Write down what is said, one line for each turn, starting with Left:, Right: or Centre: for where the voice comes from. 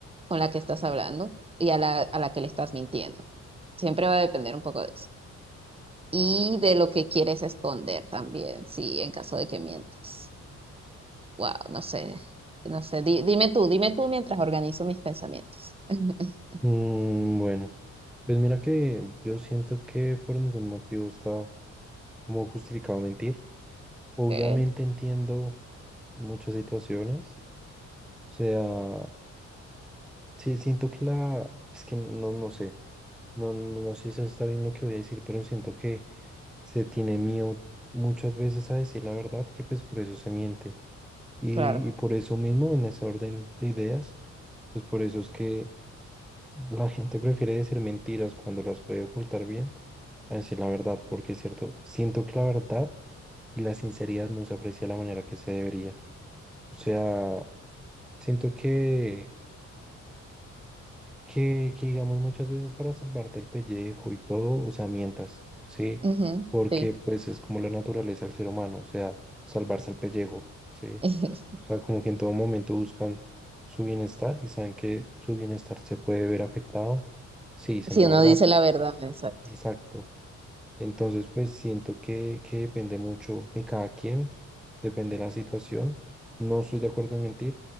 Right: con la que estás hablando y a la, a la que le estás mintiendo. Siempre va a depender un poco de eso. Y de lo que quieres esconder también, sí, en caso de que mientas. Wow, no sé, no sé. Di- dime tú, dime tú mientras organizo mis pensamientos. <laughs>
Centre: Mm, bueno. Pues mira que yo siento que por ningún motivo está como justificado mentir. Obviamente
Right: Okay,
Centre: entiendo muchas situaciones. O sea, sí, siento que la... Es que no, no sé. No, no no sé si está bien lo que voy a decir, pero siento que se tiene miedo muchas veces a decir la verdad, que pues por eso se miente. Y,
Right: claro.
Centre: y por eso mismo, en ese orden de ideas, pues por eso es que La gente prefiere decir mentiras cuando las puede ocultar bien a decir la verdad, porque es cierto, siento que la verdad y la sinceridad no se aprecia de la manera que se debería. O sea, siento que, que, que digamos muchas veces para salvarte el pellejo y todo, o sea, mientas, ¿sí?
Right: Ujú,
Centre: Porque
Right: sí.
Centre: pues es como la naturaleza del ser humano, o sea, salvarse el pellejo, ¿sí?
Right: <laughs>
Centre: O sea, como que en todo momento buscan su bienestar y saben que su bienestar se puede ver afectado si dicen
Right: Si
Centre: la
Right: uno
Centre: verdad.
Right: dice la verdad, exacto.
Centre: Exacto. Entonces, pues siento que, que depende mucho de cada quien, depende de la situación. No estoy de acuerdo en mentir.